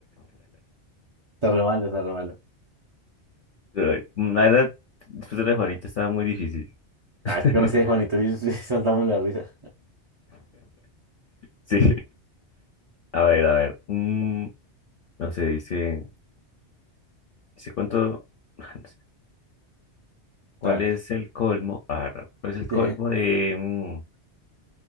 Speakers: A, on the right; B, on the left.
A: está re malo, está re malo.
B: Ay, La verdad, después de lo de Juanito estaba muy difícil. <laughs>
A: Ah, es que conocí a Juanito y sí, sí, saltamos la risa.
B: Sí. A ver, a ver. No sé, dice, dice cuánto, <laughs> no sé, ¿cuál
A: A ver,
B: es el colmo? Ah, no, ¿cuál es el
A: sí.
B: colmo de, mm,